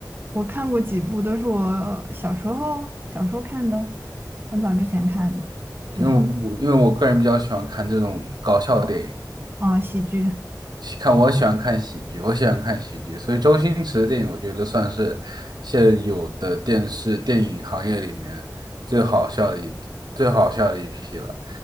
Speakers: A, on the right (about 30°); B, on the right (about 70°).
A: 我看过几部，都是我小时候小时候看的，很早之前看的。对，
B: 因为我我因为我个人比较喜欢看这种搞笑电影，
A: 啊，喜剧，
B: 喜看我喜欢看喜剧，我喜欢看喜剧，所以周星驰的电影我觉得算是现有的电视电影行业里面最好笑的一最好笑的一批了。